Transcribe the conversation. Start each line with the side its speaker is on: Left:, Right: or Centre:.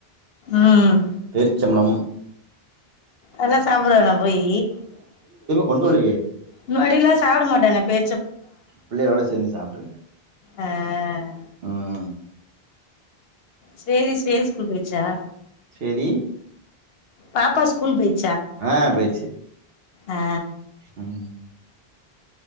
Left: ம்
Right: பேர்ச்சம்பளம்
Left: அதெல்லா சாப்டுவானா போயி
Right: கொண்டுவல்லயே
Left: முன்னாடிலா சாப்ட மாட்டானே பே
Right: பிள்ளைகளோட சேந்து சாப்ட்ருங்க
Left: அஹ்
Right: ஹம்
Left: சேரி சேரி ஸ்கூல் போய்ர்ச்சா
Right: சேரி
Left: பாப்பா ஸ்கூல் போய்
Right: ஆஹ் போயிருச்சு
Left: ஆ
Right: ஹ்ம்